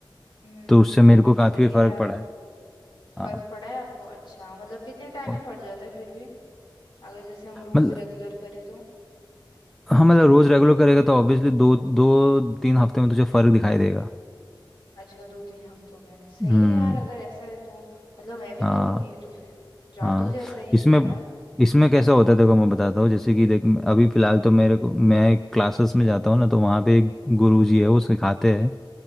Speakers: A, on the left (about 75°); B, in the centre.
A: हम्म
B: तो उससे मेरे को काफ़ी
A: सही
B: फ़र्क
A: है यार
B: पड़ा है
A: फर्क
B: हाँ
A: पड़ा है आपको अच्छा मतलब कितने टाइम
B: और-
A: में पड़ जाता है फिर भी अगर जैसे हम रोज
B: मतलब
A: रेगुलर करें तो
B: हाँ मतलब रोज़ रेगुलर करेगा तो ऑब्वियसली दो दो तीन हफ्ते में तुझे फ़र्क दिखाई देगा
A: अच्छा दो तीन हफ्तों में सही
B: हम्म
A: है यार अगर ऐसा है तो मतलब मैं भी
B: हाँ
A: करूंगी ये तो फिर जादू
B: हाँ
A: जैसा है ये
B: इसमें
A: तो है ना
B: इसमें कैसा होता है देखो मैं बताता हूँ जैसे कि देख अभी
A: हम्म।
B: फिलहाल तो मेरे को मैं एक क्लासेस में जाता हूँ ना तो वहाँ पे एक गुरु जी है वो सिखाते हैं